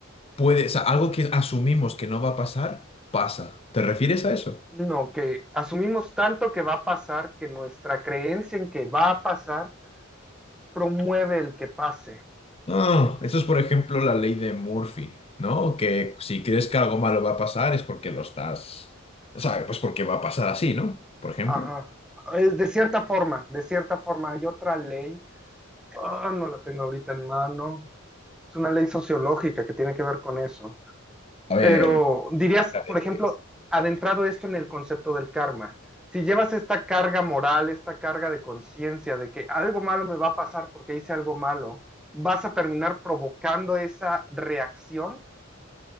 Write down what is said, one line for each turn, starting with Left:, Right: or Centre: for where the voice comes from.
Left: puede, o sea, algo que asumimos que no va a pasar, pasa? ¿Te refieres a eso?
Centre: No, que asumimos tanto que va a pasar que nuestra creencia en que va a pasar promueve el que pase.
Left: Ah, eso es, por ejemplo, la ley de Murphy, ¿no? Que si crees que algo malo va a pasar es porque lo estás, o sea, pues porque va a pasar así, ¿no? Por ejemplo.
Centre: Ajá. Es de cierta forma, de cierta forma. Hay otra ley, ah, no la tengo ahorita en mano. Es una ley sociológica que tiene que ver con eso.
Left: A ver.
Centre: Pero dirías, por ejemplo,
Left: eh,
Centre: adentrado esto en el concepto del karma, si llevas esta carga moral, esta carga de conciencia de que algo malo me va a pasar porque hice algo malo, vas a terminar provocando esa reacción.